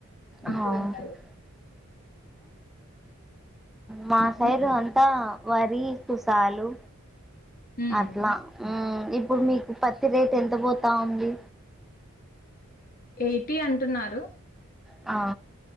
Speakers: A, on the left; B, in the centre.
A: ఎక్కువ
B: అవునా
A: ఉంటాది
B: మా సైరు
A: ఉమ్,
B: అంతా వరి కుసాలు
A: ఉమ్.
B: అట్లా ఇప్పుడు మీకు పత్తి రేట్ ఎంత పోతా ఉంది
A: ఎయిటీ అంటున్నారు
B: ఆ